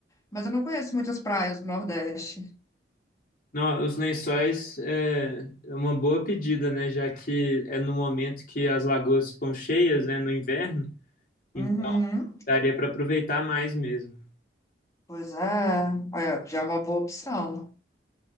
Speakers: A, on the left; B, on the left.
A: Mas eu não conheço muitas praias do Nordeste.
B: Não, os lençóis é é uma boa pedida, né? Já que é no momento que as lagoas ficam cheias, né? No inverno, então
A: Uhum.
B: daria para aproveitar mais mesmo.
A: Pois é. Olha, já é uma boa opção.